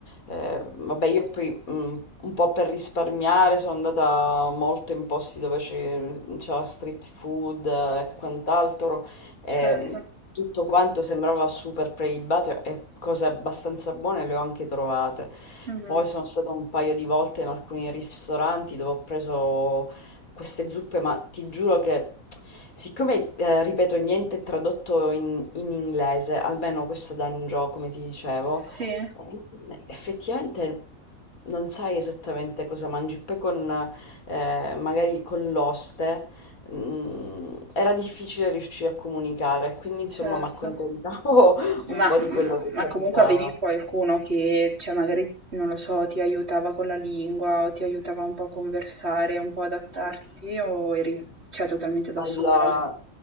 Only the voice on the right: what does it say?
certo.
Mhm.
Sì,
certo.
Ma
ma
ma
comunque avevi qualcuno che, cioè magari, non lo so, ti aiutava con la lingua o ti aiutava un po' a conversare, un po' adattarti o eri, cioè, totalmente da
sola?